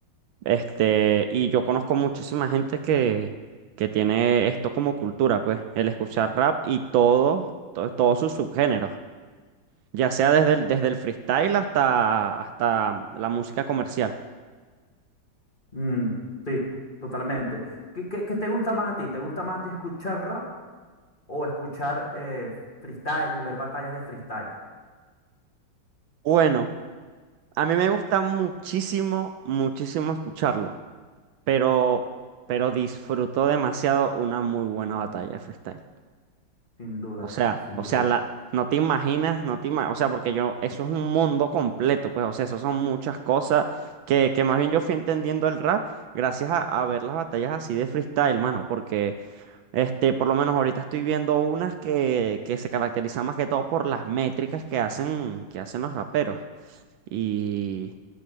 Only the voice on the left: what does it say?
Mm, sí, totalmente. ¿Qué, qué- qué te gusta más a ti? ¿Te gusta más a ti escuchar rap o escuchar eh, freestyle y ver batallas de freestyle?
Sin duda,
sin
duda.